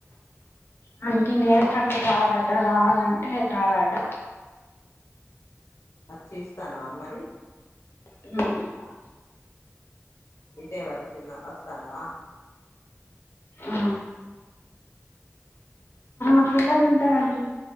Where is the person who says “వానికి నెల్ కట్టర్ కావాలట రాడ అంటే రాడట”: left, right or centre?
Left